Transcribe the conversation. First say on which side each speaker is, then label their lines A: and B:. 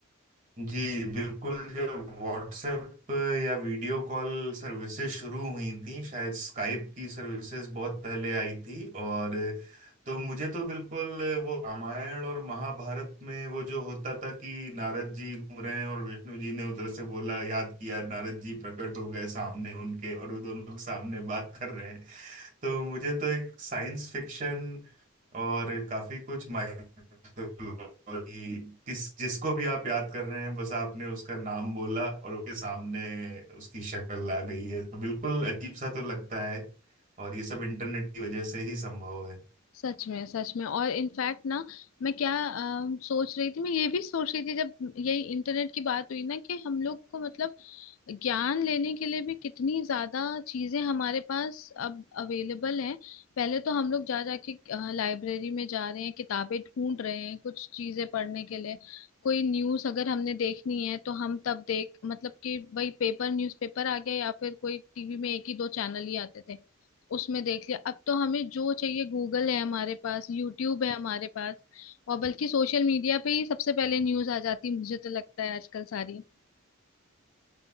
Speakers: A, on the right; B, on the left.
A: जी बिल्कुल जब व्हाट्सएप या वीडियो कॉल सर्विसेज शुरू हुई थी शायद स्काइप की सर्विसेज बहुत पहले आई थी और तो मुझे तो बिल्कुल वो रामायण और महाभारत में वो जो होता था कि नारद जी घूम रहे हैं और विष्णु जी ने उधर से बोला याद किया नारद जी प्रकट हो गए सामने उनके और वो दोनों लोग सामने बात कर रहे हैं तो मुझे तो एक साइंस फिक्शन और काफी कुछ माइथोलॉजी किस जिसको भी आप याद कर रहे हैं बस आपने उसका नाम बोला और उसके सामने उसकी शक्ल आ गई है तो बिल्कुल अजीब सा तो लगता है और ये सब इंटरनेट की वजह से ही संभव है
B: सच में सच में और इनफैक्ट ना मैं क्या अम, सोच रही थी मैं ये भी सोच रही थी जब यही इंटरनेट की बात हुई ना कि हम लोग को मतलब ज्ञान लेने के लिए भी कितनी ज्यादा चीजें हमारे पास अब अवेलेबल हैं पहले तो हम लोग जा जाके लाइब्रेरी में जा रहे हैं किताबें ढूंढ रहे हैं कुछ चीजें पढ़ने के लिए कोई न्यूज अगर हमने देखनी है तो हम तब देख मतलब कि वही पेपर न्यूज़पेपर आ गया या फिर कोई टीवी में एक ही दो चैनल ही आते थे उसमें देख लिया अब तो हमें जो चाहिए गूगल है हमारे पास यूट्यूब है हमारे पास और बल्कि सोशल मीडिया पे ही सबसे पहले न्यूज आ जाती है, मुझे तो लगता है आजकल सारी